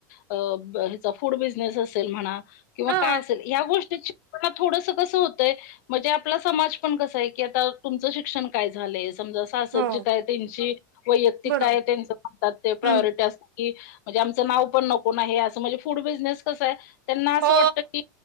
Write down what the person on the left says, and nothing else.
अ ह्याचा फूड बिझनेस असेल म्हणा, किंवा
काय असेल. या गोष्टीची पण थोडस कस होतंय. म्हणजे आपला समाज पण कसय की आता तुमचं शिक्षण काय झालंय. समजा सासरची
काय त्यांची, वैयक्तिक
काय त्याच म्हणतात ते प्रायोरिटी
असते की, म्हणजे आमचं नाव पण नकोना. असं म्हणजे फूड बिझनेस कसंय, त्यांना असं
वाटत की,